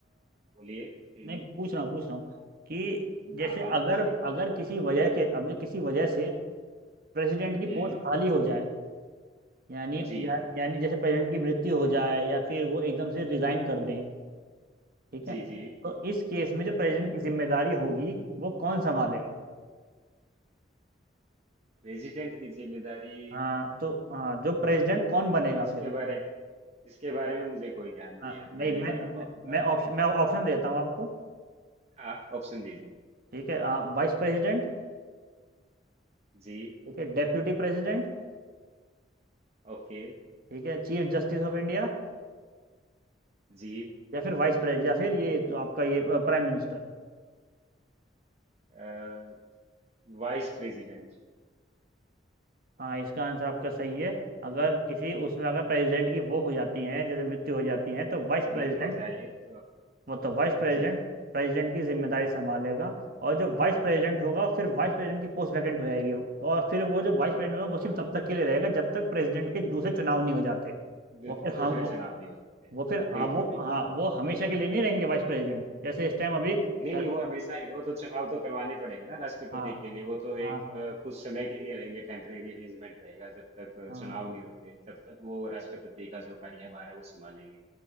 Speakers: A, on the right (about 40°); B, on the right (about 55°).
A: बोलिए। हुँ,
B: नहीं पूछ रहा हूँ पूछ रहा हूँ कि
A: हाँ,
B: जैसे
A: हाँ,
B: अगर
A: पूछिए।
B: अगर किसी वजह के अभी किसी वजह से प्रेसिडेंट की पोस्ट
A: हुँ,
B: खाली हो जाए यानी
A: जी,
B: या, यानी जैसे प्रेसिडेंट की मृत्यु हो जाए या फिर वो एकदम से रिजाइन कर दें ठीक
A: जी,
B: है
A: जी।
B: तो इस केस में जो प्रेसिडेंट
A: हुँ,
B: की जिम्मेदारी होगी वो कौन संभालेगा
A: प्रेज़िडेंट की ज़िम्मेदारी
B: हाँ तो हाँ जो प्रेसिडेंट
A: हुँ,
B: कौन बनेगा
A: इसके
B: फिर
A: बारे इसके बारे में मुझे कोई ज्ञान नहीं
B: हाँ
A: है,
B: नहीं
A: मैं नहीं
B: मैं
A: बता पाऊँगा।
B: मैं मैं ऑप्शन मैं ऑप्शन देता हूँ आपको
A: आप ऑप्शन दीजिए।
B: ठीक है हाँ, वाइस प्रेसिडेंट
A: जी,
B: ठीक है डेप्यूटी प्रेसिडेंट
A: ओके,
B: ठीक है चीफ जस्टिस ऑफ इंडिया
A: जी
B: या फिर वाइस प्रेसिडेंट या फिर ये तो आपका ये प्राइम मिनिस्टर
A: अ, वाइस प्रेज़िडेंट
B: हाँ इसका आंसर आपका सही है अगर किसी उसमें अगर प्रेसिडेंट की वो हो जाती है जैसे मृत्यु हो जाती है तो वाइस
A: मृत्यु
B: प्रेसिडेंट
A: हो जाए तो
B: मतलब वाइस प्रेसिडेंट
A: जी, जी,
B: प्रेसिडेंट की जिम्मेदारी संभालेगा और जो वाइस प्रेसिडेंट होगा फिर वाइस प्रेसिडेंट की पोस्ट वैकेंट हो जाएगी और फिर वो जो वाइस प्रेसिडेंट होगा वो सिर्फ
A: हाँ,
B: तब तक के लिए रहेगा जब तक प्रेसिडेंट के दूसरे चुनाव नहीं हो जाते
A: दू
B: वो फिर हम
A: दूसरे
B: वो,
A: चुनाव नहीं हो जाते। हाँ,
B: वो फिर आ,
A: बिल्कुल,
B: वो
A: बिल्कुल।
B: हाँ वो हमेशा के लिए नहीं रहेंगे वाइस प्रेसिडेंट जैसे इस टाइम अभी कर,
A: नहीं नहीं वो हमेशा ही वो तो चुनाव तो करवाने पड़ेंगे ना राष्ट्रपति
B: हाँ
A: के लिए वो तो
B: हाँ
A: एक अ, कुछ समय के लिए रहेंगे टेम्परेरी अरेंजमेंट रहेगा जब तक अ,
B: हाँ
A: चुनाव नहीं होते तब तक वो राष्ट्रपति का जो कार्यभार है वो संभालेंगे